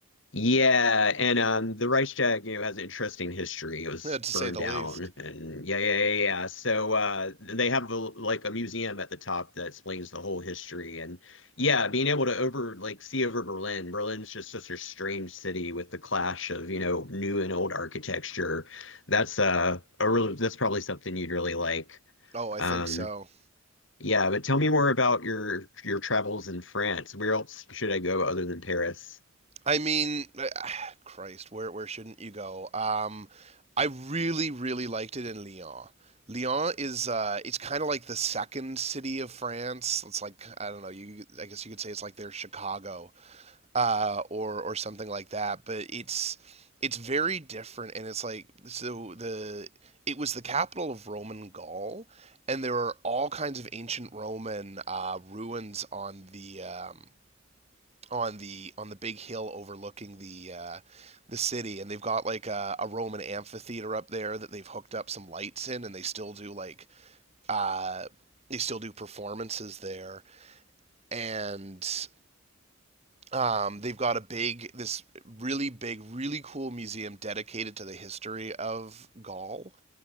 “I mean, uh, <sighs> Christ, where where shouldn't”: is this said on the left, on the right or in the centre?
Right